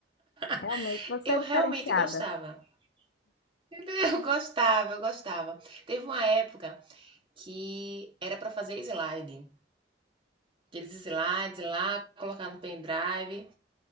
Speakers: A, on the right; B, on the left.
A: <laughs>
B: Realmente, você
A: Eu
B: é
A: realmente
B: diferenciada.
A: gostava. <laughs> Eu gostava, eu gostava. Teve uma época que era para fazer slide. Aqueles slides lá, colocar no pendrive